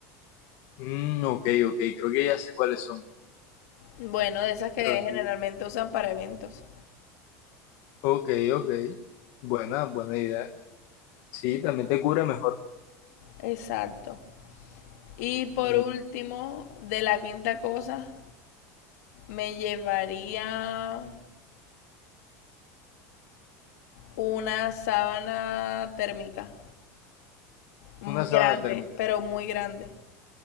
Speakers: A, on the left; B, on the left.
A: Mm, ok, ok, creo que ya sé cuáles son,
B: Bueno, de esas que
A: pero sí.
B: generalmente usan para eventos.
A: Ok, ok, buena, buena idea. Sí, también te cubre mejor.
B: Exacto. Y por
A: Y
B: último, de la quinta cosa, me llevaría una sábana térmica. mm,
A: una sábana
B: Grande,
A: térmica.
B: pero muy grande.